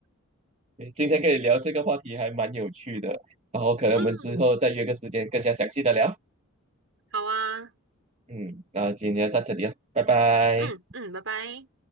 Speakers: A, on the right (about 30°); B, on the right (about 60°).
A: 今天跟你聊这个话题还蛮有趣的，然后可能我们之后再约个时间更加详细的聊。
B: 嗯，好啊，
A: 嗯，那今天到这里了，拜拜。
B: 嗯嗯，拜拜。